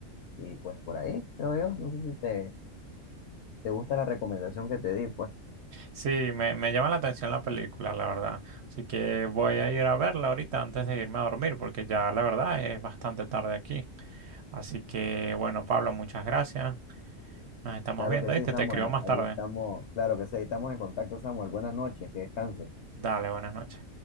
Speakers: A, on the left; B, on the right.
A: y pues por ahí, creo yo. No sé si te, te gusta la recomendación que te di, pues
B: Sí, me, me llama la atención la película, la verdad. Así que voy a ir a verla ahorita antes de irme a dormir, porque ya la verdad es bastante tarde aquí. Así que, bueno, Pablo, muchas gracias. Nos estamos
A: claro
B: viendo,
A: que sí,
B: ¿viste?
A: Samuel,
B: Te escribo más
A: ahí
B: tarde.
A: estamos, claro que sí, ahí estamos en contacto, Samuel. Buenas noches, que descanses.
B: Dale, buenas noches.